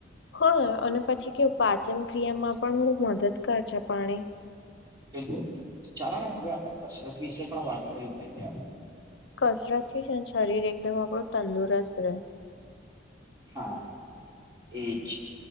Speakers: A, on the left (about 65°); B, on the right (about 20°).
A: હ, અને પછી કે પાચન ક્રિયામાં પણ બહુ મદદ કરશે પાણી.
B: બિલકુલ ચાલો ને, હવે આપણા કસરત વિશે પણ વાત કરી. લઈએ આપણે
A: કસરત થી જ શરીર એકદમ આપડું તંદુરસ્ત રહે.
B: હા. એજ,